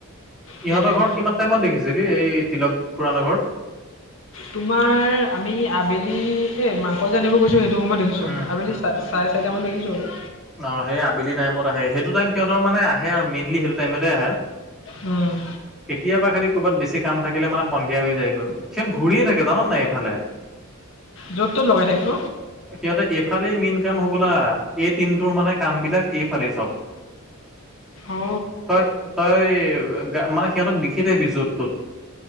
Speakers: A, on the left; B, in the centre.
A: সেইটোৱে
B: ইহঁতৰ ঘৰত কিমান', কিমান টাইমত দেখিছিলি এই তিলক খুৰাহঁতৰ ঘৰত?
A: তোমাৰ, আমি আবেলি এই মাংস যে আনিব গৈছোঁ সেইটো', সেইটো সময়ত দেখিছোঁ,
B: উম,
A: আবেলি
B: উম।
A: চা, চাৰে চাৰিটামান দেখিছোঁ আৰু',
B: অ', সেই আবেলি টাইমত আহে, সেইটো টাইম সিহঁতৰ মানে আহে আৰু মেইনলি সেইটো টাইমতে আহে',
A: উম',
B: কেতিয়াবা খালি ক'ৰবাত বেছি কাম থাকিলে মানে সন্ধিয়া হৈ যায়গৈ', সিহঁত ঘূৰিয়ে থাকে জাননে এইফালে',
A: য'ত ত'ত লগাই থাকে ন?
B: সিহঁতে এইফালেই মেইন কাম হ'বলা, এই টিমটোৰ মানে', কাম বিলাক এইফালে চব',
A: অ
B: তই- তই মানে সিহঁতক দেখি থাকিবি য'ত ত'ত',